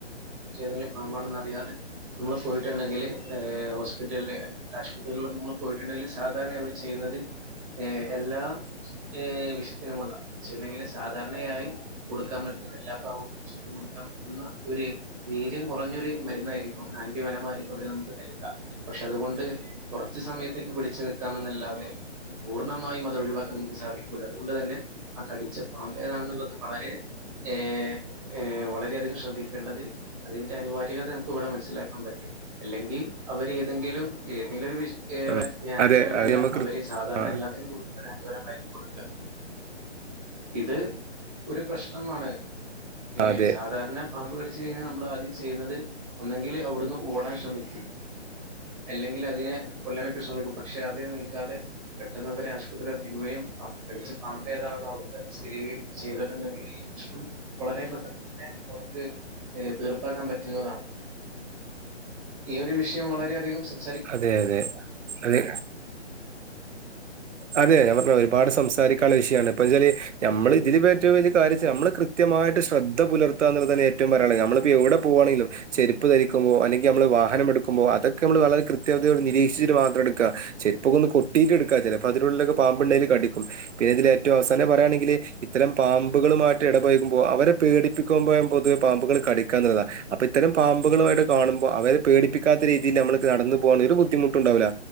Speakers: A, in the centre; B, on the right.
A: റ്റേതങ്കില് പാമ്പാണെന്നറിയാതെ മ്മള് പോയിട്ടുണ്ടെങ്കില് ഏഹ് ഹോസ്പിറ്റല്ല് <unintelligible> ആശുപത്രികളിലൊക്കെ ങ്ങള് പോയിട്ടുണ്ടെങ്കില് സാധാരണയവര് ചെയ്യുന്നത് ഏ എല്ലാ ഏ വിഷത്തിനുമുള്ള ശെന്നങ്കില് സാധാർണയായി കൊടുക്കാൻ പറ്റുന്ന <unintelligible> <unintelligible> കൊടുക്കാൻ പറ്റുന്ന ഒരു വീര്യം കൊറഞ്ഞൊരു മരുന്നായിരിക്കും ആന്റിവനമായിരിക്കും അവര് നമുക്ക് തരിക. പക്ഷെ അതുകൊണ്ട് കുറച്ച സമയത്തേക്ക് പിടിച്ചു നിക്കാമെന്നല്ലാതെ പൂർണ്ണമായും അതൊഴിവാക്കാൻ നമുക്ക് സാധിക്കൂല അതുകൊണ്ട് തന്നെ ആ കടിച്ച പാമ്പ് ഏതാണെന്നുള്ളത് വളരെ ഏ ഏ വളരെയധികം ശ്രദ്ധിക്കേണ്ടത് അതിന്റെ അനിവാരികത നമുക്ക് ഇവിടെ മനസ്സിലാക്കാൻ പറ്റും. അല്ലെങ്കി അവര് ഏതെങ്കിലും ഏതെങ്കിലൊരു വി ഏഹ്
B: ആ
A: വെ ഈഹ് ആന്റി
B: അതെ
A: വനമല്ലാം
B: അത് നമുക്ക്
A: അവര് സാധാരണ
B: ആഹ്
A: എല്ലാത്തിനും കൊടു ഒരാന്റിവനമായി കൊടുക്ക ഇത് ഒരു പ്രശ്നമാണ്. ഏഹ്
B: അതെ
A: സാധാരണ പാമ്പ് കടിച്ചു കഴിഞ്ഞാൽ നമ്മൾ അത് ചെയ്യുന്നത് ഒന്നെങ്കിൽ അവിടുന്ന് ഓടാൻ ശ്രമി അല്ലെങ്കിൽ അതിനെ കൊല്ലാനൊക്കെ ശ്രമിക്കും പക്ഷെ അതിന് നിൽക്കാതെ പെട്ടെന്നവരെ ആശുപത്രിയിലെത്തിക്കുകയും കടിച്ച പാമ്പ് ഏതാണെന്ന് അവിടുന്ന് സ്ഥിരീക ചെയ്തിട്ടുണ്ടെങ്കിൽ ഈ പ്രശ്നം വളരെ പെട്ടെന്ന് തന്നെ നമുക്ക് തീർപ്പാക്കാൻ പറ്റുന്നതാണ്. ഈ ഒരു വിഷയം വളരെയധികം ശ്ര
B: അതെ അതെ അതെ അതെ ഞമ്മ ഒരുപാട് സംസാരിക്കാള്ള വിഷയാണ് ഇപ്പൊച്ചാല് നമ്മൾ ഇതില് ഇപ്പോ ഏറ്റവും വലിയ കാര്യച്ചാ നമ്മള് കൃത്യമായിട്ട് ശ്രദ്ധ പുലർത്താന്നുള്ള തന്നെ ഏറ്റവും പറയാള്ളത് നമ്മളിപ്പോ എവടെ പോവാണെലും ചെരുപ്പ്ധരിക്കുമ്പോ അല്ലെങ്കി നമ്മള് വാഹനം എടുക്കുമ്പോ അതൊക്കെ നമ്മള് വളരെ കൃത്യതോട് നിരീക്ഷിച്ചിട്ട് മാത്രം എടുക്ക. ചെരിപ്പൊക്ക ഒന്ന് കൊട്ടീട്ട് എടുക്കാ ചെലപ്പോ അതിനുള്ളിലൊക്കെ പാമ്പുണ്ടേൽ കടിക്കും. പിന്നെ ഇതില് ഏറ്റവും അവസാനം പറയാണെങ്കിൽ ഇത്തരം പാമ്പുകളുമായിട്ട് ഇടപയകുമ്പോ അവരെ പേടി പിക്കുമ്പോഴ പൊതുവെ പാമ്പുകള് കടിക്കാന്നതാ അപ്പൊ ഇത്തരം പാമ്പുകളുമായിട്ട് കാണുമ്പോ അവരെ പേടിപ്പിക്കാത്ത രീതിയിൽ നമ്മൾ കടന്ന് പോകാണെങ്കി ഒര് ബുദ്ധിമുട്ടുണ്ടാവുല്ല.